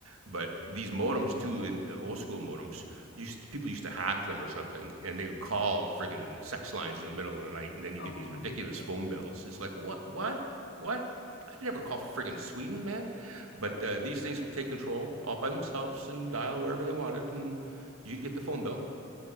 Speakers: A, on the right; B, on the left.
A: But these modems too, in, uh, old school modems, used to- people used to hack them or something, and they would call friggin' sex lines in the middle of the night, and then you
B: Oh
A: get these ridiculous
B: my
A: phone
B: God.
A: bills. It's like what, what, what? I would never call friggin' Sweden, man. But uh, these things would take control all by themselves and dial wherever they wanted, and you'd get the phone bill.